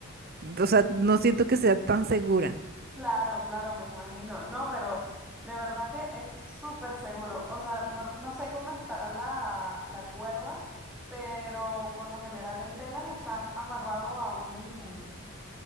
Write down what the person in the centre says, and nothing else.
Claro, claro, me imagino. No, pero de verdad que es súper seguro. O sea, no, no sé cómo estará la, la cuerda, pero por lo general en telas está amarrado a un,